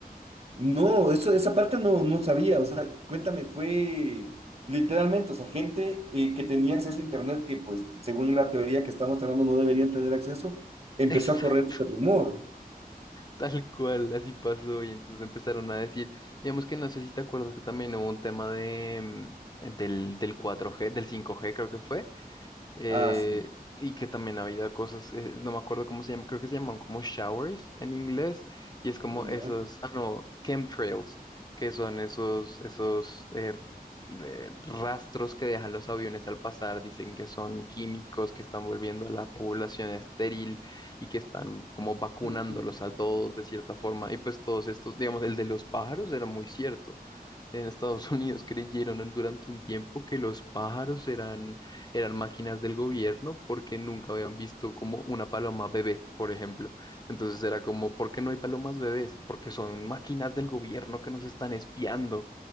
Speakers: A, on the right; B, on the left.
A: No, eso, esa parte no, no sabía, o sea, cuéntame, fue literalmente, o sea, gente eh, que tenía acceso a internet, que pues según la teoría que estamos hablando no deberían tener acceso, empezó
B: <laughs> Exacto,
A: a correr este rumor.
B: tal cual, así pasó y entonces empezaron a decir, digamos que no sé si te acuerdas que también hubo un tema de, mm, del, del 4G, del 5G creo que fue eh,
A: Ah, sí.
B: y que también había cosas, eh, no me acuerdo cómo se llama, creo que se llaman como showers en inglés, y es como
A: ya.
B: esos, ah no, chemtrails, que son esos, esos eh, eh, rastros que dejan los aviones al pasar, dicen que son químicos, que están volviendo a la población estéril y que están como vacunándolos
A: <laughs>
B: a todos de cierta forma, y pues todos estos, digamos, el de los pájaros era muy cierto en Estados <laughs> Unidos creyeron en- durante un tiempo que los pájaros eran, eran máquinas del gobierno porque nunca habían visto como una paloma bebé, por ejemplo. Entonces era como, ¿por qué no hay palomas bebés? Porque son máquinas del gobierno que nos están espiando